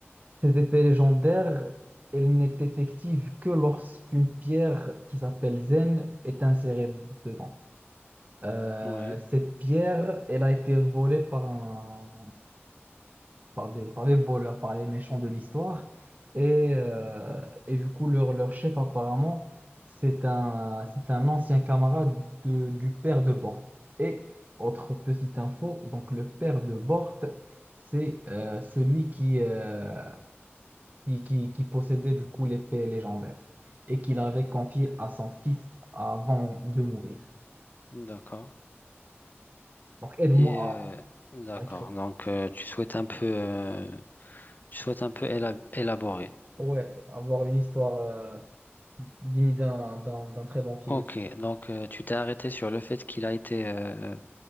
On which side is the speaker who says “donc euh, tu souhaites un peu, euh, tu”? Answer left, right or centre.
Left